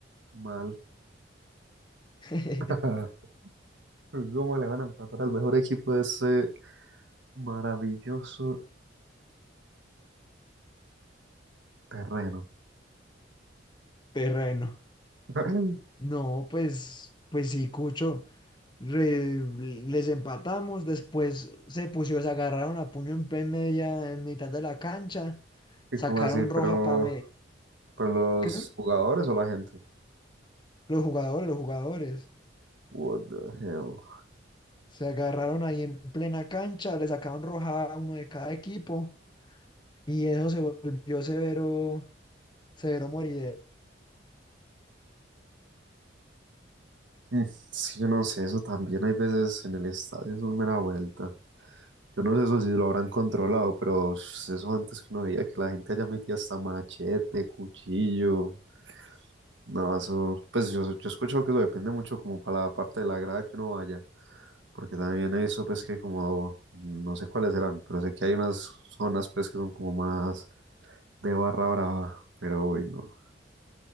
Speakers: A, on the right; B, on the left.
A: Mal.
B: <laughs>
A: <laughs> ¿Cómo le van a empatar al mejor equipo de ese maravilloso terreno?
B: Terreno.
A: <laughs>
B: No, pues, pues sí, Cucho. Re- les empatamos, después se pusieron, se agarraron a puño en pe- media, en mitad de la cancha,
A: ¿Y
B: sacaron
A: cómo así?
B: roja
A: ¿Pero,
B: para
A: pero
B: ¿qué?
A: los jugadores o la gente?
B: Los jugadores, los jugadores.
A: What the hell?
B: Se agarraron ahí en plena cancha, le sacaron roja a uno de cada equipo y eso se volvió severo, Severo moridero.
A: Mm, Sí, yo no sé, eso también hay veces en el estadio, eso es mera vuelta. Yo no sé eso si lo habrán controlado, pero sh- eso antes que uno veía que la gente allá metía hasta machete, cuchillo. No, eso, pues yo, yo he escuchado que eso depende mucho como para la parte de la grada que uno vaya, porque también he visto pues que como, no sé cuáles serán, pero sé que hay unas zonas pues que son como más de barra brava, pero uy, no.